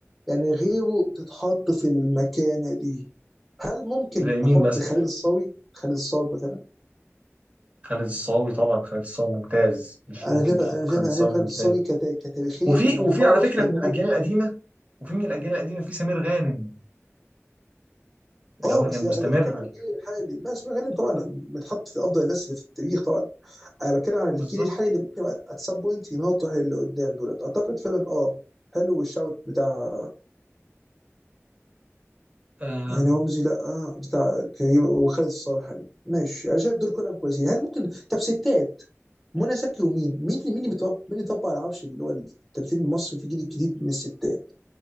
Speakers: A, in the centre; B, on the right.
A: يعني غيره تتحط في المكانه دي هل ممكن
B: زي مين
A: نحط
B: مثلا
A: خالد الصاوي خالد الصاوي مثلا
B: خالد الصاوي طبعا خالد الصاوي ممتاز مش
A: انا
B: ممكن
A: شايف
B: تحط
A: انا شايف
B: خالد
A: انا
B: الصاوي
A: شايف
B: ممتاج
A: خالد الصاوي كتا... كتاريخيا
B: وفي
A: لما
B: وفي
A: نخلص
B: على فكرة
A: هيكون
B: من الأجيال القديمة وفي من الأجيال القديمة في سمير غانم اللي
A: اه
B: هو
A: بس
B: كان مستمر
A: لا، ده بتتكلم عن الجيل الحالي بس ما غالبا طبعا متحط في افضل الناس اللي في التاريخ طبعا انا بتكلم عن
B: بالظبط
A: الجيل الحالي اللي ممكن ات سام بوينت يناطح اللي قدام دولت اعتقد فعلا اه حلو الشوت بتاع
B: آه
A: يعني رمزي لا آه بتاع كريم وخالد الصالح حلو ماشي انا شايف دول كلهم كويسين هل ممكن طب ستات منى زكي ومين مين اللي- مين اللي بيطبق مين اللي طبق على العرش اللي هو التمثيل المصري في الجيل الجديد من الستات